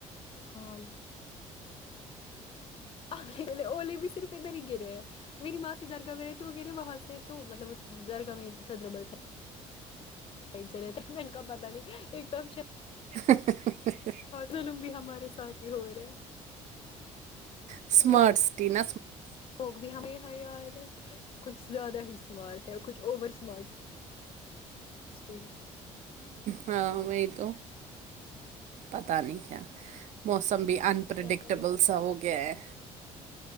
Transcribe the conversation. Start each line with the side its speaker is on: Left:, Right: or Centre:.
Left: ہاں لے آے اولیے بھی صرف ادھر ہی گرے ہیں میری ماں سے درگاہ میرے وغیرہ وہاں سے تو مطلب در کا میں سدربل س سے رہتے م کا پتاہ نہیں ایک دم
Right: <inaudible>
Left: رلم بھی ہمارے سات ہی ہو رہے
Right: اسمارٹس
Left: ہیں
Right: تین
Left: لوگ بھی ہمیں ہائی آ رہے ہیں کچھ زیادہ ہی سمارٹ کچھ اورور سمارٹس جی
Right: ہاں وہ تو پتا نہیں ہے موسم بھی انپرڈکٹیبل
Left: کیا کرے
Right: سا ہو گیا ہے